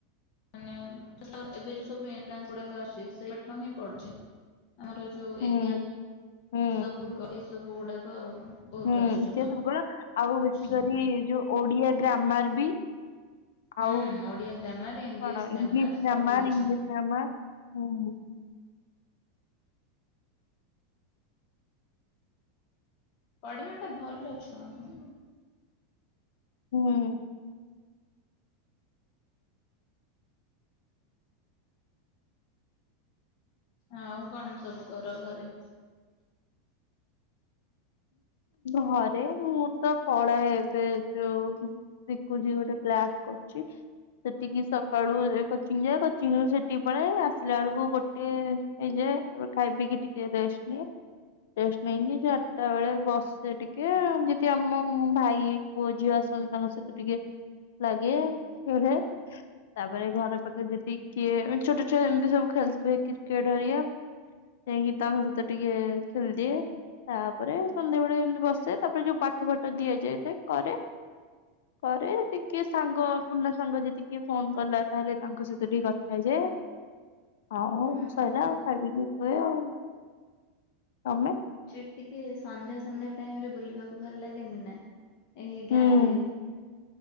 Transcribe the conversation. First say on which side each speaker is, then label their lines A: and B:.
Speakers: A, on the left; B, on the left.
A: ମାନେ ଏବେ ଯୋଉ ସବୁ ଏଣ୍ଟ୍ରାନ୍ସ ଗୁଡାକ ଅଛି ସେହି ପାଠ ହିଁ ପଡୁଛି। ଆମର ଯୋଉ
B: ହୁଁ
A: ଇତିହାସ
B: ହୁଁ
A: ସବୁ ଏ ସବୁ ଗୁଡାକ। ବହୁତ
B: ହୁଁ
A: ଆସୁଛି
B: ସେ ସବୁ କଳେ ଆଉ
A: କୋଶ୍ଚିନ୍
B: ବେଶୀ କରି ଯୋଉ ଓଡିଆ ଗ୍ରାମର ବି।
A: ହୁଁ
B: ଆଉ
A: ଓଡିଆ ଗ୍ରାମାର ଇଂଲିଶ
B: କଣ
A: ଗ୍ରାମାର
B: ଇଂଲିଶ
A: ସବୁ
B: ଗ୍ରାମର୍
A: କିଛି
B: ଇଂଲିଶ। ଗ୍ରାମାର୍ ହୁଁ
A: ପଢିବା ଟା ଭଲ ଛୁଆଙ୍କୁ।
B: ହୁଁ
A: ଆଉ କଣ ସବୁ କର ଘରେ
B: ଘରେ ମୁଁ ତ ପଳା ଏବେ ଯୋଉ ଶିକୁଚି ଗୋଟେ କ୍ଲାସ୍ କରୁଛି। ସେଠିକି ସକାଳୁ କୋଚିଂ ଯାଏ କୋଚିଂ ରୁ ସେଠିକି ପଳାଏ ଆସିଲା ବେଳକୁ ଗୋଟେ। ହେଇଯାଏ ଖାଇ ପିକି ଟିକେ ରେଷ୍ଟ ନିଏ ରେଷ୍ଟ ନେଇକି। ତା ବେଳେ ବସେ ଟିକେ ଯଦି ଆମ ଭାଇ ପୁଅ ଝିଅ ଆସନ୍ତି ତାଙ୍କ ସହିତ ଟିକେ। ଲାଗେ ଏଠେ ତାପରେ ଘର ପାଖରେ ଯଦି କିଏ ଛୋଟ ଛୁଆ ଏମିତି ସବୁ ଖେଳିଥିବେ କ୍ରିକେଟ ହେରିଆ। ଯାଇକି ତାଙ୍କ ସହିତ ଟିକେ ଖେଳିଦିଏ ତା ତାପରେ ସନ୍ଧ୍ୟାବେଳେ ଏମିତି ବସେ ତାପରେ ଯୋଉ ପାଠ ଫାଠ ଦିଆଯାଇଥାଏ କରେ
A: <inaudible>
B: ପରେ ଟିକେ ସାଙ୍ଗ ପୁର୍ଣା ସାଙ୍ଗ ଯଦି କିଏ ଫୋନ କଲା ତାହେଲେ ତାଙ୍କ ସହିତ ଟିକେ କଥା ହେଇଯାଏ।
A: <inaudible>
B: ଆଉ
A: ହୁଁ
B: ସଇଲା ଆଉ ଖାଇ ପିିକି ଶୋଇଆ ଆଉ ତମେ
A: ସେ ଟିକେ ସନ୍ଧ୍ୟା ସନ୍ଧ୍ୟା ଟାଇମ ରେ ବୁଲିବାକୁ ଭଲ ଲାଗେନି ନା ଏହି
B: ହୁଁ।
A: ଗାଁରେ।